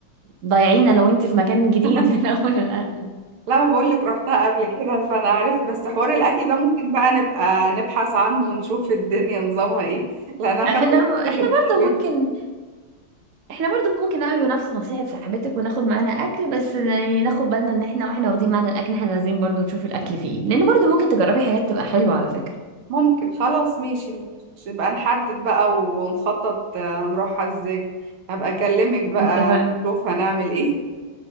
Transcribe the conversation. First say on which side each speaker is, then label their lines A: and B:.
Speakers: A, on the right; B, on the right.
A: ضايعين انا وانت في مكان جديد
B: <laughs>
A: من <laughs> اول للاخر
B: لا انا بقول لك رحتها قبل كده فانا عارف بس حوار الاكل ده ممكن بقى نبقى نبحث عنه ونشوف الدنيا نظامها ايه لان انا
A: احنا
B: خدت نصيحة
A: احنا برضو
B: صاحبتي
A: ممكن احنا برضو ممكن نعمل نفس نصيحة صاحبتك وناخد معانا اكل بس يعني ناخد بالنا ان احنا واحنا واخدين معانا الاكل احنا لازم برضو نشوف الاكل فيه إيه. لان برضو ممكن تجربي حاجات تبقى حلوة على فكرة
B: ممكن خلاص ماشي مش- نبقى نحدد بقى ونخطط آه، نروحها ازاي هبقى اكلمك بقى
A: اتفقنا
B: نشوف هنعمل ايه